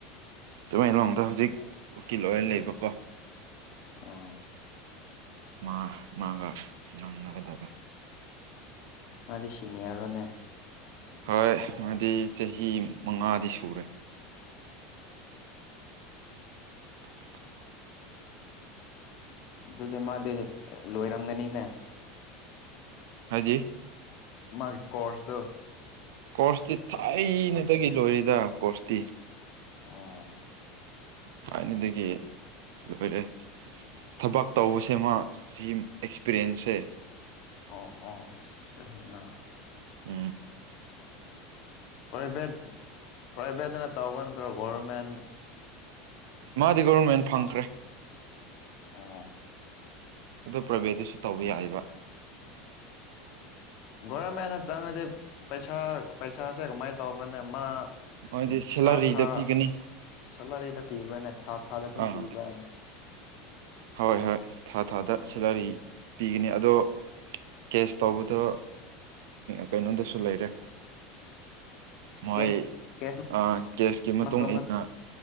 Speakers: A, on the right; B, on the left.
A: ꯇꯃꯦꯡꯂꯣꯡꯗ ꯍꯧꯖꯤꯛ ꯎꯀꯤꯜ ꯑꯣꯏꯔ ꯂꯩꯕꯀꯣ
B: ꯎꯝ
A: ꯃꯥ ꯃꯥꯒ ꯉꯒꯗꯕ
B: ꯃꯥꯗꯤ ꯁꯤꯅꯤꯌꯔꯣꯅꯦ
A: ꯍꯣꯏ ꯑꯗꯨꯗꯤ ꯆꯍꯤ ꯃꯉꯥꯗꯤ ꯁꯨꯔꯦ <inaudible>
B: ꯑꯗꯨꯗꯤ ꯃꯥꯗꯤ ꯂꯣꯏꯔꯝꯒꯅꯤꯅꯦ
A: ꯍꯥꯏꯗꯤ
B: ꯃꯥꯒꯤ ꯀꯣꯔꯁ ꯇꯣ
A: ꯀꯣꯔꯁꯇꯤ ꯊꯥꯏꯅꯗꯒꯤ ꯂꯣꯏꯔꯤꯗ ꯀꯣꯔꯁꯇꯤ
B: ꯎꯝ
A: ꯊꯥꯏꯅꯗꯒꯤ ꯀ ꯑꯣꯏꯔꯑꯦ ꯊꯕꯛ ꯇꯧꯕꯁꯦꯃ ꯁꯤ ꯑꯦꯛꯁꯄꯤꯔꯤꯌꯦꯦꯟꯁꯁꯦ
B: ꯑꯣ ꯑꯣ ꯁꯍꯤꯃ
A: ꯎꯝ
B: ꯄ꯭ꯔꯥꯏꯚꯦꯠ ꯄ꯭ꯔꯥꯏꯚꯦꯠꯅ ꯇꯧꯕ ꯅꯠꯇ꯭ꯔꯒ ꯒꯣꯔꯚꯃꯦꯟ
A: ꯃꯥꯗꯤ ꯒꯕꯔꯃꯦꯟ ꯐꯪꯈ꯭ꯔꯦ
B: ꯑ
A: ꯑꯗꯣ ꯄ꯭ꯔꯥꯏꯚꯦꯠꯇꯨꯁꯨ ꯇꯧꯕ ꯌꯥꯏꯕ
B: ꯔꯝ ꯍꯥꯏꯅ ꯆꯥꯡꯗꯤ ꯄꯩꯁꯥ ꯄꯩꯁꯥꯁꯦ ꯀꯃꯥꯏꯅ ꯇꯧꯕ꯭ꯔꯅꯦ ꯃꯥ
A: ꯃꯣꯏꯗꯤ
B: ꯎꯝ
A: ꯁꯦꯂꯔꯤꯗ
B: ꯊꯥ ꯊꯥ
A: ꯄꯤꯒꯅꯤ
B: ꯁꯂꯔꯤꯗ ꯄꯤꯕ꯭ꯔꯥꯅꯦ ꯊꯥ ꯊꯥꯗ ꯑꯗꯨꯝ
A: ꯑꯥ
B: ꯄꯤꯕ꯭ꯔꯅꯦ
A: ꯍꯣꯏ ꯍꯣꯏ ꯊꯥ ꯊꯥꯗ
B: ꯑꯣ
A: ꯁꯦꯂꯔꯤ ꯄꯤꯒꯅꯤ ꯑꯗꯣ ꯀꯦꯁ ꯇꯧꯕꯗꯣ ꯀꯩꯅꯣꯗꯁꯨ ꯂꯩꯔꯦ ꯃꯣꯏ
B: ꯀꯦꯁ ꯀꯦꯁ
A: ꯑ ꯀꯦꯁꯀꯤ ꯃꯇꯨꯡ
B: ꯃꯇꯣꯡꯗꯁꯨ
A: ꯏ ꯃꯇꯨꯡꯏꯟꯅ